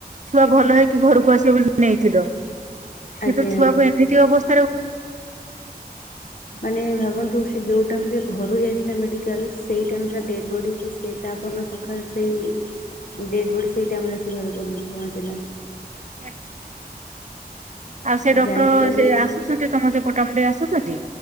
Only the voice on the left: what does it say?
ଆଜ୍ଞା।
ମାନେ ଭାବନ୍ତୁ ସେ ଯୋଉ ଟାଇମ ସେ ଘରୁ ଯାଇ ଥିଲା ମେଡିକାଲ୍, ସେଇ ଟାଇମ୍ ତା ଡେଡବଡି ସିଏ ସେଇ ତାପରଦିନ ସକାଳ ସେଇ ଡେଡବଡି ସେ ସେଇ ଟାଇମରେ ଆସି ଘରେ ପହଞ୍ଚି ପହଞ୍ଚିଲା।
ସେ
ଯାଇଥିଲା ଯୋଉ
ନାଇଁ